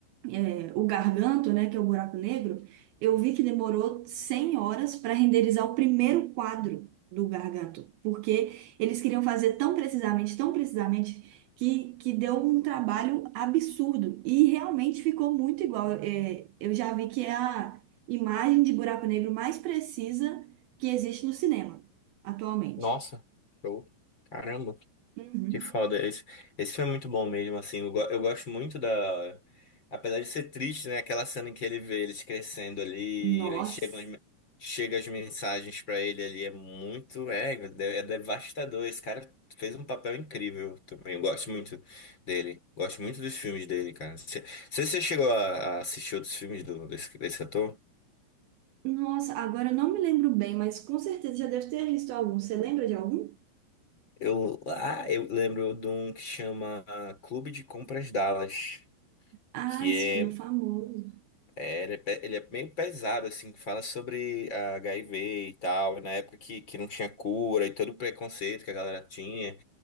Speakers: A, on the right; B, on the left.
A: é, o Garganto, né, que é o buraco negro, eu vi que demorou 100 horas para renderizar o primeiro quadro do Garganto, porque eles queriam fazer tão precisamente, tão precisamente, que, que deu um trabalho absurdo. E realmente ficou muito igual. É, eu já vi que é a imagem de buraco negro mais precisa que existe no cinema atualmente.
B: Nossa, show. Caramba,
A: Uhum.
B: que foda. Esse, esse filme é muito bom mesmo, assim. Eu, go- eu gosto muito da. Apesar de ser triste, né? Aquela cena em que ele vê eles crescendo ali
A: Nossa.
B: e chegam as, me- chega as mensagens pra ele ali. É muito. É, é devastador. Esse cara fez um papel incrível também. Eu gosto muito dele. Gosto muito dos filmes dele, cara. Você você chegou a, a assistir outros filmes do, desse, desse ator?
A: Nossa, agora eu não me lembro bem, mas com certeza já deve ter visto algum. Você lembra de algum?
B: Eu, ah, eu lembro de um que chama Clube de Compras Dallas.
A: Ah,
B: que
A: esse
B: é,
A: filme é famoso.
B: é, ele é, pe- ele é meio pesado, assim, que fala sobre a HIV e tal, e na época que, que não tinha cura e todo o preconceito que a galera tinha.